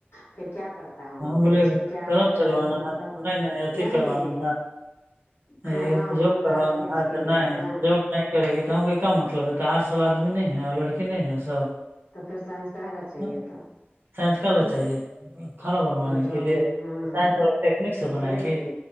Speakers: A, on the left; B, on the right.
A: پھر کیا کرتے تو ہم لوگ
B: بولے
A: لیچ کے کیا
B: قلم
A: کرے
B: چلوانا
A: گا مطلب
B: ہے نہیں اھی
A: نہیں
B: کروانا ہے
A: کھانا
B: یہ جاب
A: بنوائے
B: کروانا
A: گلیج
B: ہے
A: کے
B: تو نہیں
A: ہاں
B: جاب نہیں کرے گ تو ہم کو کیا مطلب ہے آٹر سال آدمی نہیں ہے اور لڑکی نہیں ہے سب
A: تو پھر سائنس کہنا چاہیے
B: ہاں،
A: ت
B: سائنس کا لا
A: ہ
B: چاہیے تھا کھانا بنوانے
A: جب جگے
B: کے لیے
A: ہاں
B: سائنس والا ٹیکنک سے
A: وہ
B: بنائے
A: کرے
B: گی
A: گے